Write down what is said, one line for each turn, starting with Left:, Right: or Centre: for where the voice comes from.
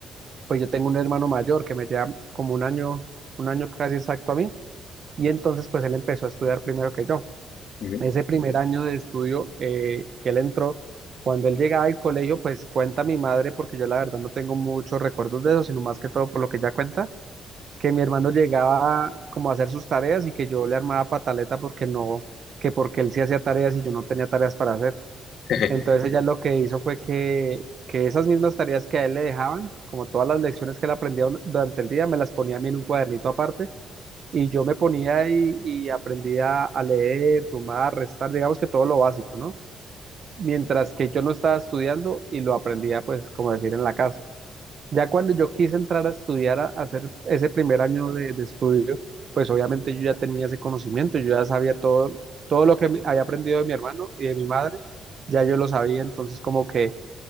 Right: pues yo tengo un hermano mayor que me lleva como un año, un año casi exacto a mí, y entonces, pues, él empezó a estudiar primero que yo
Left: <laughs> Ujú.
Right: ese primer año de estudio eh, que él entró, cuando él llegaba al colegio, pues cuenta mi madre, porque yo la verdad no tengo muchos recuerdos de eso, sino más que todo por lo que ella cuenta, que mi hermano llegaba como a hacer sus tareas y que yo le armaba pataleta porque no, que porque él sí hacía tareas y yo no tenía tareas para hacer.
Left: <laughs>
Right: Entonces ella lo que hizo fue que, que esas mismas tareas que a él le dejaban, como todas las lecciones que él aprendía durante el día, me las ponía a mí en un cuadernito aparte y yo me ponía y, y aprendía a leer, sumar, restar, digamos que todo lo básico, ¿no? Mientras que yo no estaba estudiando y lo aprendía, pues, como decir, en la casa. Ya cuando yo quise entrar a estudiar, a a hacer ese primer año de, de estudio, pues obviamente yo ya tenía ese conocimiento, yo ya sabía todo, todo lo que mi- había aprendido de mi hermano y de mi madre, ya yo lo sabía, entonces como que